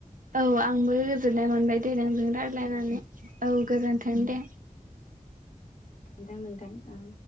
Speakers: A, on the right; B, on the left.
A: औ आंबो गोजोननाय मोनबाय दे नोंजों रायज्लायनानै औ गोजोन्थों दे।
B: नोंथां नोंथां। ओं